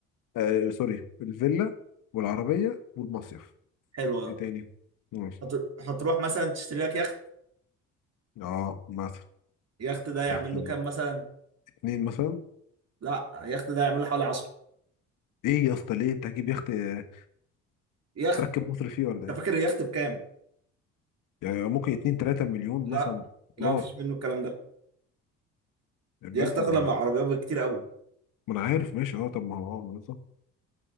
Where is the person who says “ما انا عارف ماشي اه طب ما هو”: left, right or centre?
Left